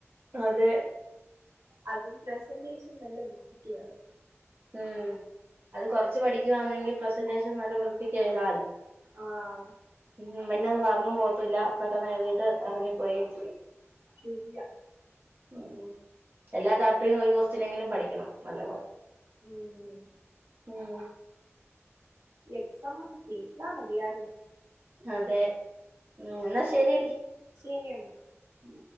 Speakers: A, on the right; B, on the right.
A: അതെ
B: അതും പ്രസന്റേഷൻ നല്ല വൃത്തിക്കുവേണം
A: ഉം അത് കൊറച്ച് പഠിക്കുകവാണെങ്കിൽ പ്രസന്റേഷൻ നല്ല വൃ ത്തിക്ക് എഴുതാലോ
B: ആഹ്
A: ഉം പിന്നത് മറന്നും പോവത്ത്ല്ല പെട്ടെന്ന് എഴുതിയിട്ട് ഇറങ്ങി പോകയും ചെയ്യാം
B: ശരിയ
A: ഉം എല്ലാ ചാപ്റ്ററിന്നും ഒരു കൊസ്റ്റിനെങ്കിലും പഠിക്കണം നല്ല പോലെ
B: ഉം
A: ഉം
B: എക്സാം ഒന്നു ജയിച്ച മതിയായിരുന്നു
A: അതെ ഉം ന്നാ ശരിയടി
B: ശരി എന്നാ
A: ഉം